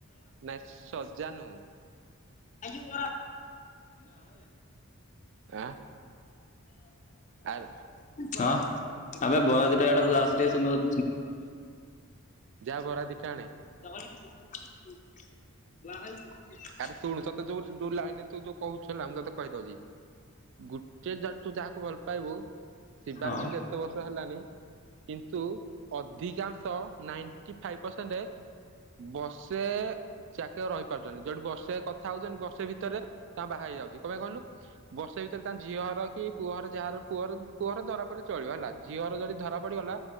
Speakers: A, on the right (about 55°); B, on the left (about 35°).
A: ନାଇଁ ସଜା ନୁ
B: ଣ <unintelligible>
A: ଆଁ ଆରେ
B: ହଁ ଆମ ବରା ଦିଟା ଏଟା ଆସି
A: ଯା ବରା ଦିଟା ଆଣେ
B: <unintelligible>
A: ଆରେ ଶୁଣୁ ତତେ ଯୋଉ ଯୋଉ ଲାଇନ ତୁ ଯୋଉ କହୁଚୁ ମୁଁ ତତେ କହିଦଉଛି ଗୋଟେ ଜା ତୁ ଯାହାକୁ ଭଲ ପାଇବୁ ଶିବାର
B: ହଁ
A: କିନ୍ତୁ ବର୍ଷ ହେଲାଣି କିନ୍ତୁ ଅଧିକାଂଶ ନାଇଣ୍ଟି ଫାଇଭ୍ ପରସେଣ୍ଟ ବର୍ଷେ ଚାକେ ରହିପାରୁଛନ୍ତି ଯୋଠି ବଷେ କଥା ହଉଛନ୍ତି ବଷେ ଭିତରେ ଭିତରେ ତା ବାହା ହେଇଯାଉଛି କମେ କହିଲୁ ବର୍ଷ ଭିତରେ ତା ଝିଅ ହର କି ପୁଅର ଯାହାର ପୁଅର ପୁଅର ଧରା ପିଲେ ଚଳିବ ହେଲା ଝିଅର ଯଦି ଧରା ପଡିଗଲା